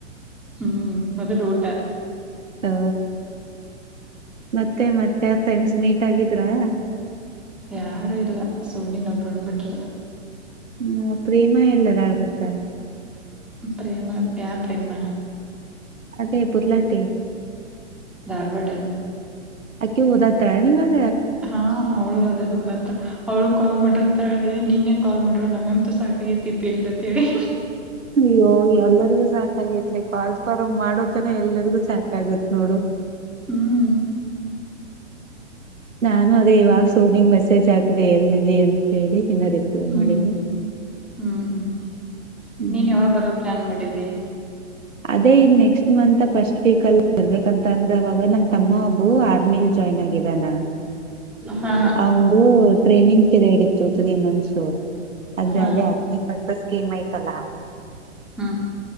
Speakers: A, in the centre; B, on the right.
A: ಹ್ಮ್ ಮೊದಲು ಊಟ.
B: ಹೊ. ಮತ್ತೆ ಮತ್ತೆ ಫ್ರೆಂಡ್ಸ್ ಮೀಟ್ ಆಗಿದ್ರಾ.
A: ಯಾರು ಇಲ್ಲ ಸೋನಿನೊಬ್ಬಳ್ನ ಬಿಟ್ರೆ.
B: ಹ್ಮ ಪ್ರೇಮ ಎಲ್ಲಿದ್ದಾಳ್ ಮತ್ತೆ.
A: ಪ್ರೇಮ ಯಾವ್ ಪ್ರೇಮ.
B: ಅದೇ ಪುದಲಟ್ಟಿ.
A: ಧಾರ್ವಾಡ.
B: ಅಕೆ ಓದಾತಾಳೆ ನೀವಾಗ.
A: ಹಾ ಅವ್ಳು ಅದದಹದತ್ತ ಅವಳು ಕಾಲ್ ಮಾಡ್ರಂತ ಹೇಳಿ ನಿನ್ನೆ ಕಾಲ್ ಮಾಡಿವಳು ನಂಗಂತು ಸಾಕಾಗತಿಪ್ಪಿ ಇಲ್ಲಿ. ತೆಳಿ.
B: ಅಯ್ಯೋ ಎಲ್ಲರಿಗೂ ಸಾಕ ಆಾಗೈತ್ಲೆ ಕಾಲ್ಸ್ಫಾರ ಮಾಡೋದನ ಎಲ್ಲರಿಗೂ ಸಾಕಗುತ್ ನೋಡು.
A: ಹ್ಮಂ
B: ನಾನು ಅದೇ ಇವಾಗ ಸೋನಿಂಗ್ ಮೆಸೇಜ್ ಹಾಕ್ದೆ ಎಲ ಇದ್ದೀ ಅಂತ ಹೇಳಿ. ಇನ್ನ ರಿಪ್ಲೈ
A: ಹ್ಮ್
B: ಮಾಡಿಲ್ಲ.
A: ಹ್ಮ್ ಹ್ಮ್
B: ಹ್ಮ್
A: ನೀನ್ ಯಾವಾಗ ಬರೋ ಪ್ಲಾನ್ ಮಾಡಿದ್ಯ.
B: ಅದೇ ಇ ನೆಕ್ಸ್ಟ್ ಮಂತ್ ಫಸ್ಟ್ ವೀಕ್ ಅಲ್ಲಿ ಇರ್ಬೇಕಂತ ಅಂದ್ರ ಅವಾಗ ನಮ ತಮ್ಮ ಒಬ್ಬು ಆರ್ಮಿಲಿ ಜಾಯ್ನ್ ಆಗಿದ. ಇದನ
A: ಹಾ
B: ಅವಂದು ಟ್ರೈನಿಂಗ್ ಪಿರಿಯಡ್ ಇತ್ತು ತ್ರೀ ಮಂತ್ಸ್. ಅದೇ
A: ಹಾ
B: ಅದೇ ಅಗ್ನಿ ಪರ್ಪಸ್ ಸ್ಕೀಮ್ ಐ್ತಲ್ಲಾ.
A: ಹ್ಮ